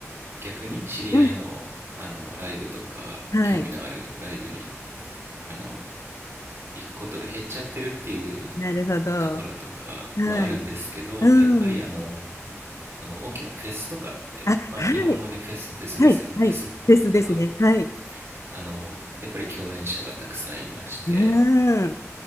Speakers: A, on the right; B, on the left.
A: 逆に知り合いの、
B: うん。
A: あの、ライブとか、
B: はい。
A: 興味のあるライブに、あの、行くことが減っちゃってるっていう
B: なるほど。
A: ところとかはあるんですけど、
B: はい。うん。
A: やっぱりあの、この大きなフェスとかって、
B: あ、
A: まあ、
B: はい。
A: 日本語でフェスフェスですよねフェスだと
B: はい。はい。フェスですね。はい。
A: あのやっぱり共演者がたくさんいまして
B: うん。